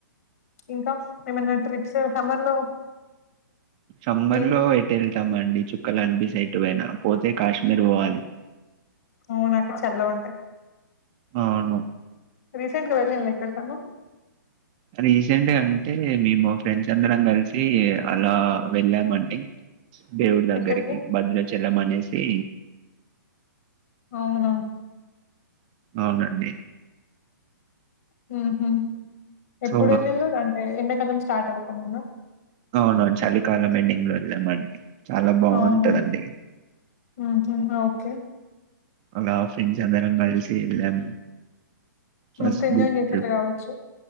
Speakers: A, on the left; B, on the right.
A: ఇంకా ఏమన్నా ట్రిప్స్ సమ్మర్ లో
B: సంబర్
A: ఏం
B: లో ఎటెళ్తామండి. చుక్కలు కనిపిసేట్టు పోయినా పోతే కాశ్మీర్ పోవాలి.
A: అవునక్కడ చల్లగుంటది.
B: అవును
A: రీసెంట్ గా వెళ్ళిళ్ళ ఎక్కడికన్న
B: రీసెంట్ అంటే మేము ఫ్రెండ్స్ అందరం కలిసి అలా వెళ్ళామండి. దేవుడి దగ్గరికి
A: ఎక్కడికి
B: భద్రాచలం అనేసి.
A: అవునా
B: అవునండి
A: హ్మ్ హు ఎప్పుడు
B: సో
A: వెళ్ళిళ్ళు అంటే ఎండకాలం స్టార్ట్ అవ్వక ముందా
B: అవునండ్ చలికాలం ఎండింగ్. వెళ్ళామండి చాలా బాగుంటందండి.
A: అవునా ఊహూ ఓకే
B: అలా ఫ్రెండ్స్ అందరం కలిసి వెళ్ళాం. ఫస్
A: మస్తు ఎంజాయ్
B: గుడ్
A: చేసిర్రు
B: ట్రిప్
A: కావచ్చు